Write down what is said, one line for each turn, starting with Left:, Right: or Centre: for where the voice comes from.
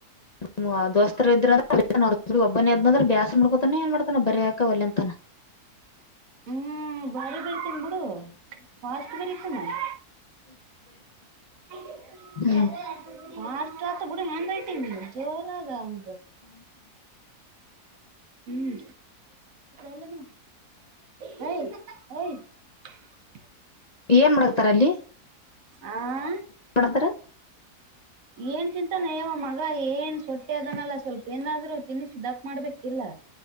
Left: ಹ್ಮ ದೋಸ್ತರ ಇದ್ರ <inaudible> ರು ಒಬ್ಬನೇ ಅದ್ನಂದ್ರೆ ಬ್ಯಾಸ ಮಾಡ್ಕೋತಾನ ಏ ಮಾಡ್ತಾನ ಬರಯಾಕವಲ್ಲ ಅಂತಾನ <inaudible>
Right: ಹ್ಮ್ ಬಾರಿ ಬರ್ತೀನ ಬಿಡು ಫಾಸ್ಟ್ ಬರಿತಾನ <inaudible> ಹ
Left: ಹ್ಮ್
Right: <inaudible> ಅಷ್ಟ ಆತ ಬಿಡಿ ಹ್ಯಾಂಡ್ ರೈಟಿಂಗ್ ಜೋರದ <inaudible> ಹ್ಮ್ ಯ ಎಲ್ಲ ನ <inaudible> ಹಯ್ ಹಯ್ <inaudible>
Left: ಏನ್ ಮಾಡಾಕತ್ತಾರ ಅಲ್ಲಿ
Right: ಆ <inaudible>
Left: ಮಾಡತಾರ
Right: ಏನ್ ತಿಂತಾನೆವ ಮಗ ಏನ್ ಸೊಟ್ಟೆ ಅದನಲ್ಲ ಸ್ವಲ್ಪ ಏನಾದ್ರು ತನ್ನಿಸಿ ದಪ್ಪ ಮಾಡ್ಬೇಕಿಲ್ಲ